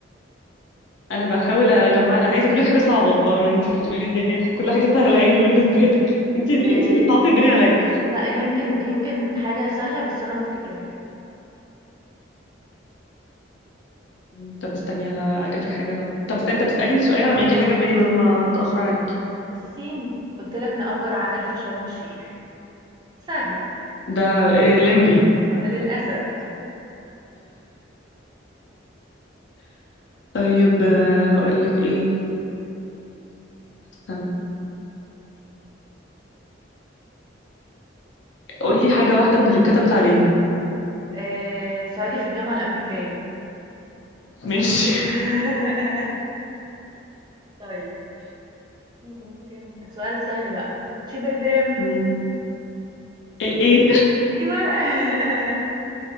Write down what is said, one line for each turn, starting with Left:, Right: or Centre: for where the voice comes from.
Left: انا بحاول اجمع عايزه اجيب لك حاجه صعبه بقى ما انت بتقولي الدنيا كل حاجه سهله يعني بالنسبه لك <laughs> انت انت
Right: آه
Left: اللي صعبتي الدنيا عليا
Right: لا يمكن يمكن حاجة سهلة بس انا ما افتكرهاش
Left: أمم، طب استني هجيب لك حاجه طب طب استني طب اسالي انت سؤال على ما يجي حاجه في بالي بدل ما اتاخر عليك
Right: طب بصي قلت لك نأجر عجل في شرم الشيخ سهل
Left: ده آه، ليمبي
Right: آه، للأسف
Left: طيب آه، هقول لك ايه استني قول لي حاجه واحده من اللي اتكتبت علينا
Right: آآ صعيدي في الجامعة الأمريكية.
Left: <laughs> ماشي
Right: <laughs> طيب بُصّي ممكن سؤال سهل بقى، شبربرم
Left: مم. ايه ايه
Right: أيوه <laughs>